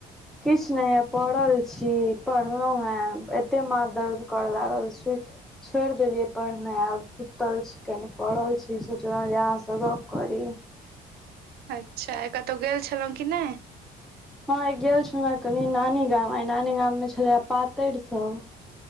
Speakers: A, in the centre; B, on the right.
A: किछु नै हैया पड़ल छी पढ़लहु ह एतेक माथ दर्द करय लागल सुइत छोड़ि देलियै पढ़नैय आब सुतल छी कनि पड़ल छी सोचलहु जे अहास गप्प करी।
B: अच्छा आय कतहु गेल छलहु कि नै
A: हँ आय गेल छलहु हा कनी नानी गाम आइ नानी गाममे छलैय आय पातरि सब